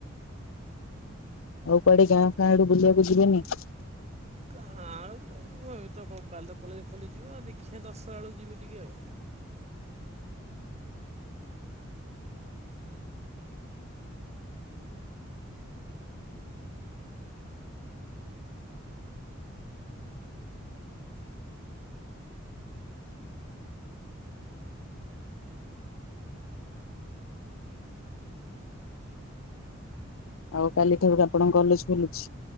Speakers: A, on the left (about 80°); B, on the right (about 30°).
A: ଆଉ କୁଆଡ଼େ ଗାଁ ଫା ଆଡେ ବୁଲିବାକୁ ଯିବେନି କି?
B: ଗାଁ ଆଉ କଣ ଯିବୁ ହଁ ଏ ତ କାଲି ତ କଲେଜ ଖୋଲିଯିବ ଆଉ ଦେଖିବା ଦଶରା ବେଳକୁ ଯିବି ଟିକିଏ ଆଉ।
A: ଆଉ କାଲି ଠାରୁକୁ ଆପଣଙ୍କ କଲେଜ ଖୋଲୁଛି?